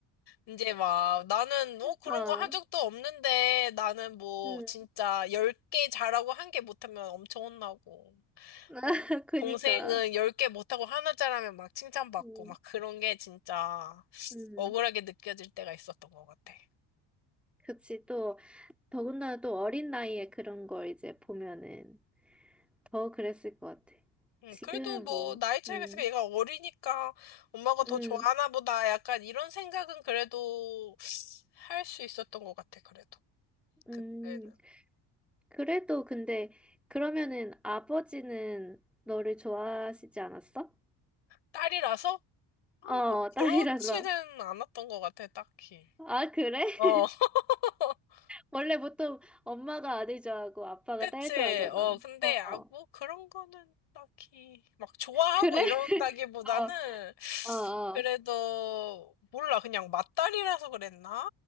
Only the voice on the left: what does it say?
이제 막 나는 어 그런
거 한 적도 없는데 나는 뭐
진짜 10개 잘하고 한 개 못하면 엄청 혼나고 어
동생은 10개 못하고 하나 잘하면 막 칭찬받고
막 그런 게 진짜
억울하게 느껴질 때가 있었던 것 같아.
음,
그래도 뭐
나이 차이가
있으니까 얘가 어리니까 엄마가 더
좋아하나 보다 약간 이런 생각은 그래도 할 수 있었던 것 같아 그래도
그때는
딸이라서 아,
꼭
그렇지는 않았던 것 같아, 딱히.
어,
<laughs>
그치.
어, 근데,
아, 뭐, 그런 거는 딱히, 막, 좋아하고
이런다기보다는,
그래도, 몰라. 그냥 맞다리라서 그랬나?